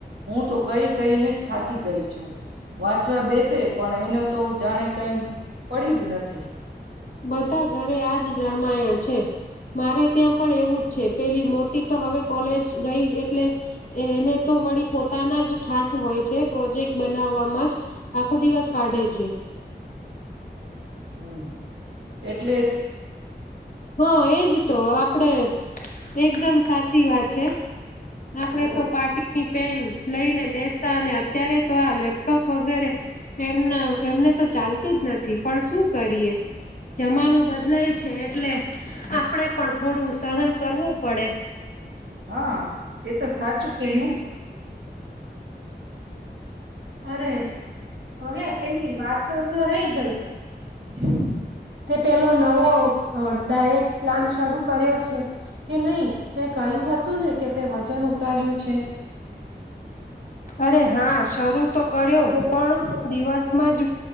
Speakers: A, on the right (about 85°); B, on the left (about 50°).
A: હું તો કઈ કઈને થાકી ગઈ છું વાંચવા બેસે પણ એને તો જાણે કઈ પડી જ નથી.
B: બધા ઘરે આજ રામાયણ છે મારે ત્યાં પણ એવું જ છે પેલી મોટી તો હવે કોલેજ ગઈ એટલે એને તો વળી પોતાના જ ઠાંઠ હોય છે. પ્રોજેક્ટ બનાવવામાં જ આખો દિવસ કાઢે છે.
A: હું એટલે સ
B: હ એજ તો આપડે એકદમ સાચી વાત છે. આપડે
A: ઓ
B: તો પાટીની પેન લઈને બેસ્ટ તાને અત્યારે તો આ લેપટોપ વગેરે એમના એમને તો ચાલતું જ નથી. પણ શું કરીએ. જમાનો બદલાય છે, એટલે આપડે પણ થોડું સહન કરવું પડે.
A: હા, એ તો સાચું કયું. અરે, હવે પેલી વાતો તો રહી ગઈ. <unintelligible> તે પેલો નવો અ ડાયટ પ્લાન શરૂ કર્યો છે કે નહી? તે કહ્યું હતું ને કે તે વજન ઉતાર્યું છે.
B: અરે હા, શરૂ
A: જમવામાં
B: તો કર્યો
A: ગોળના
B: પણ
A: તો
B: દિવસમાં
A: દિવાળી
B: જ